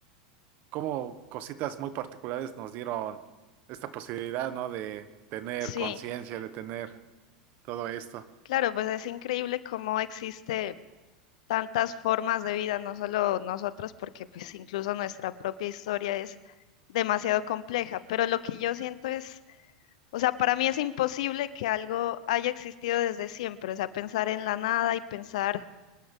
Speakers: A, on the right; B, on the left.
A: cómo cositas muy particulares nos dieron esta posibilidad, ¿no? De tener
B: Sí,
A: conciencia, de tener todo esto.
B: claro, pues es increíble cómo existe. tantas formas de vida, no solo nosotros, porque pues incluso nuestra propia historia es demasiado compleja, pero lo que yo siento es, o sea, para mí es imposible que algo haya existido desde siempre, o sea, pensar en la nada y pensar